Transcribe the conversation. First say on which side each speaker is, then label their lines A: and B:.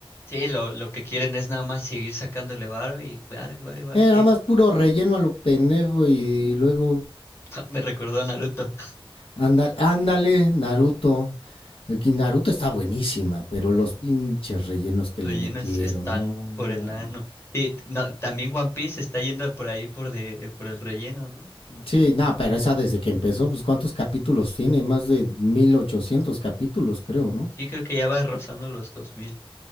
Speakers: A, on the left (about 25°); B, on the left (about 70°).
A: sí, lo, lo que quieren es nada más seguir sacándole varo y varo y varo y varo
B: Eh, nada
A: y ahí.
B: más puro relleno a lo pendejo y luego
A: <laughs> Me recordó a Naruto.
B: anda- ándale, Naruto. Eh, que Naruto está buenísima, pero los pinches rellenos que
A: rellenos
B: le metieron,
A: están
B: no.
A: por el ano. Y t- no, también One Piece está yendo por ahí por de por el relleno, ¿no?
B: Sí, no, pero esa desde que empezó, pues ¿cuántos capítulos tiene? Más de 1800 capítulos, creo, ¿no?
A: Sí, creo que ya va rozando los dos mil